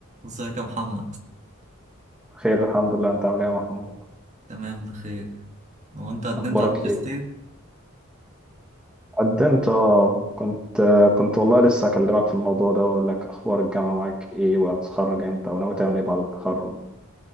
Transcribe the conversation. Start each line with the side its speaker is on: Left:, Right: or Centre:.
Right: ازيك يا محمد
Centre: خير الحمد لله انت عامل ايه يا محمود
Right: تمام بخير هو انت قدمت
Centre: اخبارك
Right: على الماجستير
Centre: ايه قدمت اه كنت آه، كنت والله لسه اكلمك في الموضوع ده واقول لك اخبار الجامعه معاك ايه وهتتخرج امتى وناوي تعمل ايه بعد التخرج